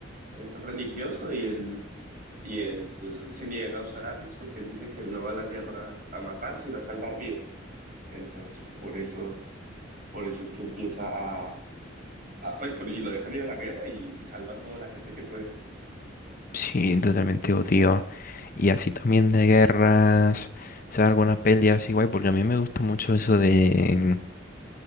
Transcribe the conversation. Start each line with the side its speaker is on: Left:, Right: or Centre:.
Right: es religioso y él, y él se niega a usar armas porque él dice que él no va a la guerra a matar, sino a salvar vidas. Entonces, por eso, por eso es que empieza a, a- pues, por- y lo dejan ir a la guerra y, y salva a toda la gente que puede.
Left: Sí, totalmente odio. Y así también de guerras, o sea, alguna peli así guay, porque a mí me gusta mucho eso de